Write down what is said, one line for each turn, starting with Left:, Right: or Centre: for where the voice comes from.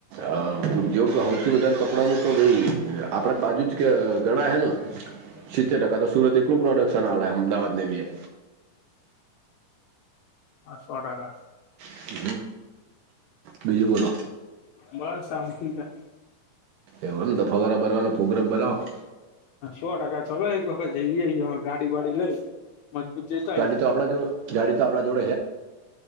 Right: અ ઉદ્યોગ હોવથી વધારે કપડા નુ તો ભઈ આપડા બાજુ જ કે ગણા હે ને.
Left: . <unintelligible>
Right: સિત્તેર ટકા તો સુરત એકલું પ્રોડક્શન આલે અમદાવાદ ને બી.
Left: હા સો ટકા.
Right: હ બીજું બોલો.
Left: બસ શાંતિ જ.
Right: એવું એમ દફાવરા ભરવાનો પ્રોગ્રામ બનાવો.
Left: હ સો ટકા ચલો એક વખત જ‌ઈએ આઇએ ગાડી બાડી લઈ. <unintelligible>
Right: ગાડી તો આપણા જો ગાડી તો આપણા જોડે હે.